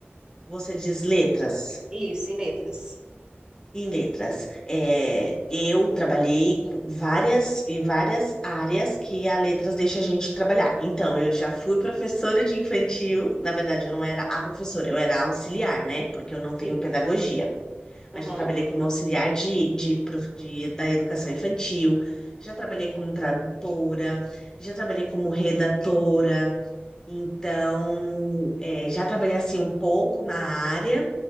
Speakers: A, on the left; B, on the right.
A: Você diz letras?
B: Isso, em letras.
A: em letras. É, eu trabalhei com várias, em várias áreas que a letras deixa a gente trabalhar. Então, eu já fui professora de infantil. Na verdade, eu não era a professora, eu era auxiliar, né? Porque eu não
B: Sim.
A: tenho pedagogia.
B: Aham.
A: Mas já trabalhei como auxiliar de, de, prof- de- da educação infantil. Já trabalhei como tradutora, já trabalhei como redatora, então é, já trabalhei assim um pouco na área,